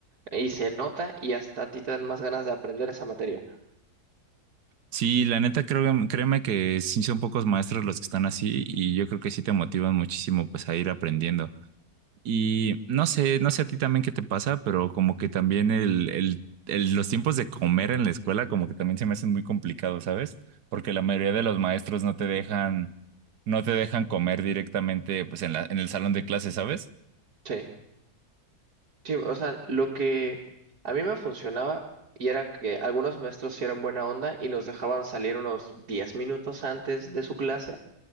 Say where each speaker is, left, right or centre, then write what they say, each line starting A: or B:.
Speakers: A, on the right; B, on the right.
A: y se nota y hasta a ti te dan más ganas de aprender esa materia.
B: Sí, la neta creo, créeme que sí son pocos maestros los que están así y yo creo que sí te motivan muchísimo pues a ir aprendiendo. Y no sé, no sé a ti también qué te pasa, pero como que también el, el, el- los tiempos de comer en la escuela como que también se me hacen muy complicados, ¿sabes? Porque la mayoría de los maestros no te dejan, no te dejan comer directamente pues en la, en el salón de clase, ¿sabes?
A: Sí, sí, o sea, lo que a mí me funcionaba y era que algunos maestros sí eran buena onda y nos dejaban salir unos 10 minutos antes de su clase,